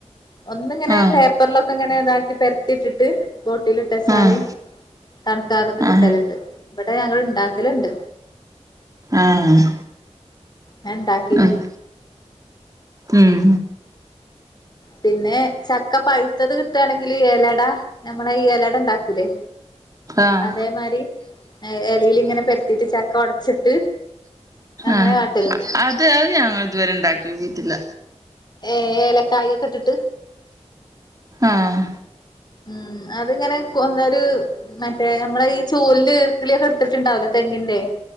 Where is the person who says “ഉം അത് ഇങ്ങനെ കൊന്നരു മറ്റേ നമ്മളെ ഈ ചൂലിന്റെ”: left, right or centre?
Left